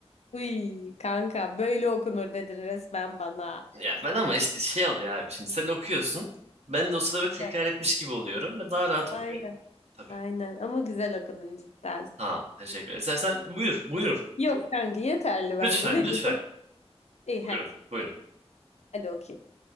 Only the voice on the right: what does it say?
Ya ben ama işte şey oluyor abi şimdi sen okuyorsun. Ben de o sırada böyle tekrar
etmiş gibi oluyorum ve daha rahat
okuyorum. Tabii.
Sağ ol. Teşekkür ederim. İstersen buyur buyur.
Lütfen
lütfen.
Buyurun
buyurun.